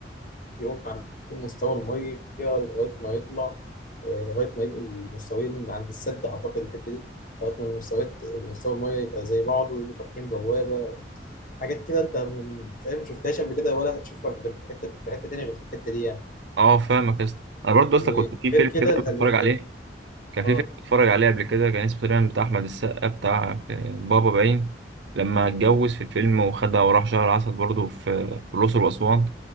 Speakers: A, on the left; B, on the right.
A: يقوم عاملين مستوى الميه لغايه ما يطلع آه، لغايه ما يبقوا المستويين عند السد اعتقد الحته دي لغايه ما المستويات مستوى الميه يبقى زي بعضه ويقوموا فاتحين بوابه حاجات كده انت من- فاهم ما شفتهاش قبل كده ولا هتشوفها غير في حته في حته تانيه غير في الحته دي يعني
B: اه فاهمك يا اسطى انا برضه اصلا
A: وغير
B: كنت في فيلم
A: كده
B: كده
A: الالو
B: بتفرج عليه كان
A: اه
B: في فيلم بتفرج عليه قبل كده كان اسمه تقريبا بتاع احمد السقا بتاع آه، بابا باين لما اتجوز في الفيلم وخدها وراح شهر عسل برضه في في الاقصر واسوان